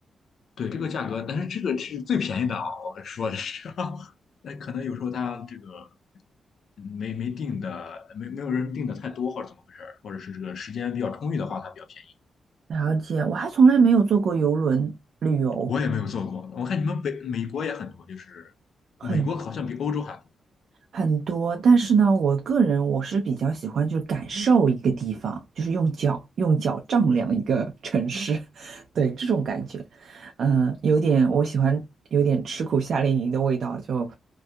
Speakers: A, on the left (about 70°); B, on the right (about 70°).
A: 对这个价格，但是这个是最便宜的啊，我说的是，<laughs> 那可能有时候他这个没没定的，没没有人定的太多，或者怎么回事儿，或者是这个时间比较充裕的话，它比较便宜。
B: 了解，我还从来没有坐过游轮旅游，
A: 我也没有做过，我看你们北美国也很多，就是美国好像比欧洲还多。
B: 很很多。但是呢，我个人我是比较喜欢就是感受一个地方，就是用脚用脚丈量一个城市，<laughs> 对这种感觉，嗯、有点我喜欢有点吃苦夏令营的味道，就